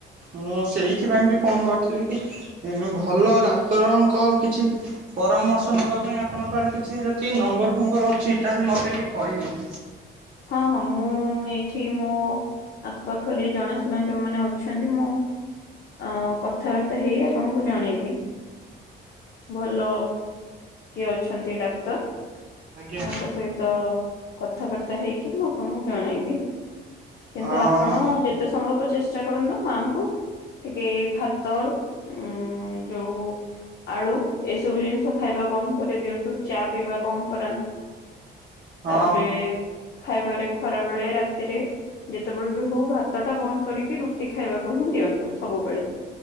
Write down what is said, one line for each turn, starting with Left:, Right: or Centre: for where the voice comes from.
Right: ମୁଁ ସେଇଥିପାଇଁ ବି ଫୋନ କରିଥିଲି କି ଉଁ ଭଲ ଡାକ୍ତରଙ୍କ କିଛି ପରାମର୍ଶ ନେବା ପାଇଁ ଆପଣଙ୍କ ପାଖରେ କିଛି ଯଦି ନମ୍ବର ଫମ୍ବର ଅଛି ତାହେଲେ ମୋତେ ଟିକେ କହିବେ?
Left: ହଁ ହଁ ମୁଁ ଏଇଠି ମୋ ଆଖ ପାାଖରେ ଜଣାଶୁଣା ଯୋଉମାନେ ଅଛନ୍ତି ମୁଁ ଅ କଥାବାର୍ତ୍ତା ହେଇ ଆପଣଙ୍କୁ ଜଣେଇବି। ଭଲ କିଏ ଅଛନ୍ତି ଡାକ୍ତର
Right: ଆଜ୍ଞା
Left: ତାଙ୍କ ସହିତ କଥାବାର୍ତ୍ତା ହେଇକି ମୁଁ ଆପଣଙ୍କୁ ଜଣେଇବି।
Right: ହଁ
Left: କିନ୍ତୁ ଆପଣ ଯେତେ ସମ୍ଭବ ଚେଷ୍ଟା କରନ୍ତୁ ମାଙ୍କୁ ଟିକେ ଭାତ ଉଁ ଯୋଉ ଆଳୁ ଏସବୁ ଜିନିଷ ଖାଇବା ବନ୍ଦ କରିଦିଅନ୍ତୁ ଚା ପିଇବା କମ୍ କରାନ୍ତୁ।
Right: ହଁ
Left: ତାପରେ ଖାଇବାରେ ଖରା ବେଳେ ରାତିରେ ଯେତେବେଳେ ବି ହଉ ଭାତ ଟା ବନ୍ଦ କରିକି ରୁଟି ଖାଇବାକୁ ହିଁ ଦିଅନ୍ତୁ ସବୁବେଳେ।